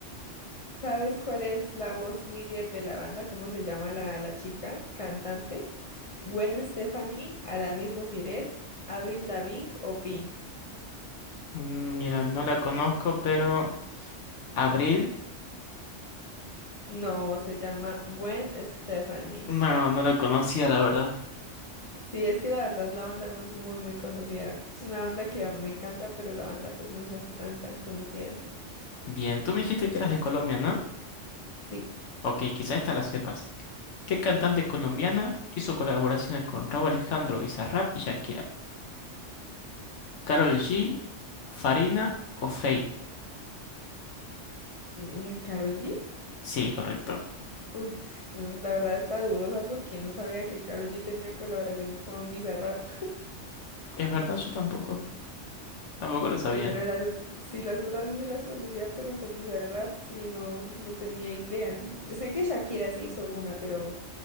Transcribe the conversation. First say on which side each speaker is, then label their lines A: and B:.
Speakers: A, on the left (about 45°); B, on the left (about 75°).
A: ¿Sabes cuál es la voz líder de la banda? ¿Cómo se llama la, la chica cantante? ¿Gwen Stefani, Alanis Mosiret, Avril Lavigne o Pink?
B: Mm, Mira, no la conozco, pero... Abril,
A: No, se llama Gwen Stefani.
B: no, no la conocía, la verdad.
A: Sí, es que la verdad la banda no es muy, muy conocida. Es una banda que a mí me encanta, pero la banda pues no es así tan, tan conocida.
B: Bien, tú me dijiste que eras de Colombia, ¿no?
A: Sí,
B: Ok, quizá esta la sepas. ¿Qué cantante colombiana hizo colaboraciones con Rauw Alejandro, Bizarrap y Shakira? ¿Karol G, Farina o Fate?
A: mm, mm, ¿Karol G?
B: Sí, correcto.
A: Uf, bueno, la verdad está dudosa porque no sabía que Karol G tenía colaboración con Bizarrap.
B: Es verdad, yo tampoco. Tampoco lo sabía.
A: Sí, pero las, o- sí, las otras dos sí las conocía, pero con Bizarrap sí no, no tenía idea. Yo sé que Shakira sí hizo una, pero,